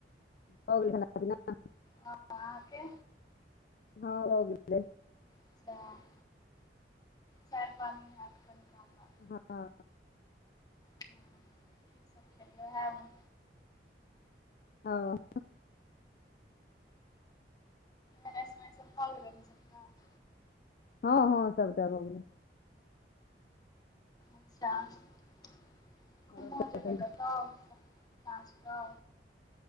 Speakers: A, on the left (about 50°); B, on the left (about 20°).
A: भ गेलै खाना-पीना?
B: हां अहाँके?
A: हां भ गेलै।
B: <unintelligible> आब चाय पानी हैत कनिकाल बाद।
A: हां।
B: की सब खेलियै वहै में।
A: हां।
B: <inaudible> भ गेलै नै सब <inaudible>
A: हां-हां सबटा भ गेलै।
B: अच्छा अहों
A: आओर सब
B: जेबै
A: कहियौ
B: कतो स साँझ कै?